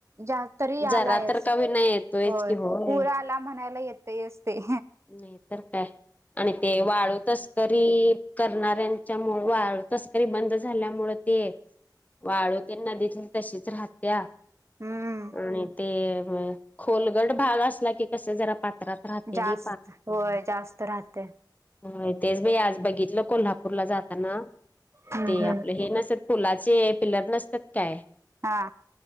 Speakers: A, on the right; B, on the left.
A: जा तरी
B: जरा
A: आलायच
B: तर का
A: होय
B: होईना येतोयच की होय.
A: पूरा आला म्हणायला येतच ते.
B: नाही तर काय आणि ते वाळू तस्करी करणाऱ्यांच्यामूळं वाळ तस्करी बंद झाल्यामुळे ते वाळू त्यांना दिसतीय तशीच राहत्या
A: हम्म
B: आणि ते म खोलगड भाग असला की कसं जरा पात्रात राहते
A: जास्त
B: गी
A: होय जास्त राहते.
B: होय तेच बई आज बघितलं कोल्हापूरला जाताना
A: हम्म
B: ते
A: हम्म
B: आपलं हे नसत पुलाचे पिलर नसतात काय
A: हा.